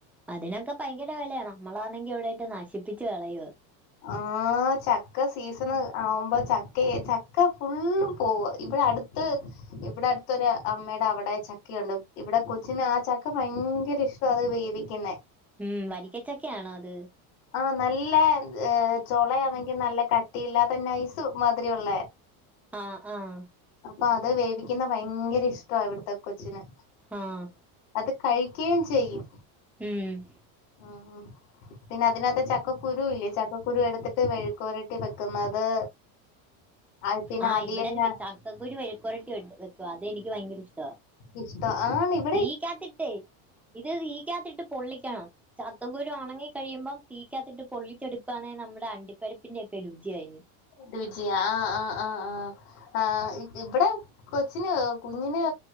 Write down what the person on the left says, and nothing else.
ആ ചക്ക സീസൺ ആവുമ്പോ ചക്കയെ ചക്ക ഫുള്ളും പോവ ഇവിടെ അടു <unintelligible> ഇവിടെ അടുത്തൊരു അമ്മയുടെ അവിടെ ചക്കയുണ്ട് ഇവിടെ കൊച്ചിന് ആ ചക്ക ഭയങ്കര ഇഷ് അത് വേവിക്കുന്ന
ആഹ നല്ല ചോളയാണെങ്കി നല്ല കട്ടിയില്ലാത്തെ തന്നെ നൈസ് മാതിരി ഉള്ള
അപ്പൊ അത് വേവിക്കുന്ന ഭയങ്കര ഇഷ്ട്ടാ ഇവിടത്തെ കൊച്ചിന്
അത് കഴികെയും ചെയ്യും
ആഹ് ആഹ് പിന്നെ അതിനകത്ത് ചക്കക്കുരു ഇല്ലേ ചക്കക്കുരു എടുത്തിട്ട് വെഴുക്കുരട്ടി വെക്കുന്നത് <unintelligible>
അവിയലിന
ഇഷ്ട ആണിം
രുചി ആ ആ ആ ആ ആ ഇ ഇവടെ കൊച്ചിന് കുഞ്ഞിന്